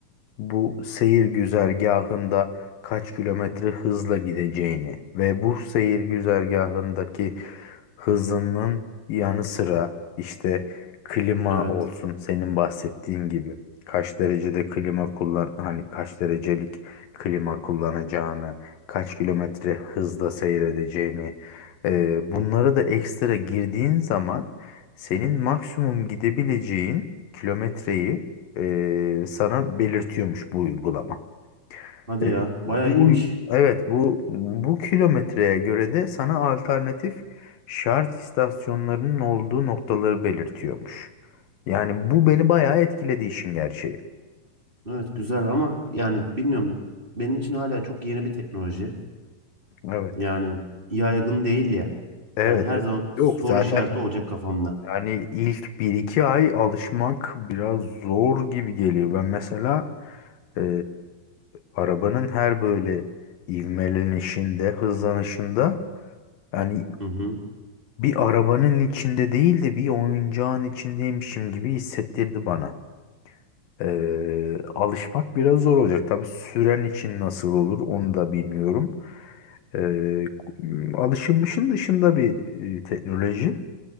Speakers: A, on the left; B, on the right.
A: bu seyir güzergahında kaç kilometre hızla gideceğini ve bu seyir güzergahındaki hızının yanı sıra işte klima
B: Evet.
A: Evet. olsun senin bahsettiğin gibi kaç derecede klima kullan hani kaç derecelik klima kullanacağını kaç kilometre hızla seyredeceğini ee, bunlara da ekstra girdiğin zaman senin maksimum gidebileceğin kilometreyi e, sana belirtiyormuş bu uygulama.
B: Hadi
A: E,
B: ya. Bayağı
A: bu
B: iyiymiş.
A: uy- evet bu bu kilometreye göre de sana alternatif şarj istasyonlarının olduğu noktaları belirtiyormuş. Yani bu beni bayağı etkiledi işin gerçeği.
B: Evet güzel ama yani bilmiyorum. Benim için hala çok yeni bir teknoloji.
A: Evet.
B: Yani yaygın değil ya.
A: Evet.
B: Hani her
A: Hmm. evet.
B: zaman soru
A: Yok zaten
B: işareti olacak kafamda.
A: yani ilk bir iki ay alışmak biraz zor gibi geliyor. Ben mesela e, arabanın her böyle ivmelenişinde, hızlanışında yani
B: Hı hı.
A: Bir arabanın içinde değil de bir oyuncağın içindeymişim gibi hissettirdi bana. Ee, alışmak biraz zor olacak. Tabii süren için nasıl olur onu da bilmiyorum. Ee, alışılmışın dışında bir e, teknoloji.